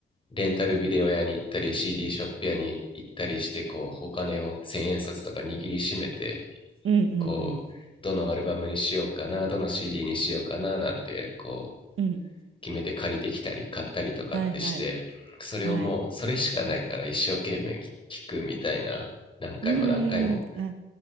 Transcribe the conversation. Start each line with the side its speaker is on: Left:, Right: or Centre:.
Left: う、レンタルビデオ屋に行ったり CD ショップ屋に行ったりしてこう、お金を千円札とか握りしめて、
Right: うんうんうん。
Left: こう、どのアルバムにしようかな、どの CD にしようかななんてこう、
Right: うん。
Left: 決めて借りてきたり買ったりとかってして、
Right: はいはい。
Left: それをもうそれしかないから一生懸命聞くみたいな、
Right: はい。
Left: 何回も何回も。
Right: うーん。あ、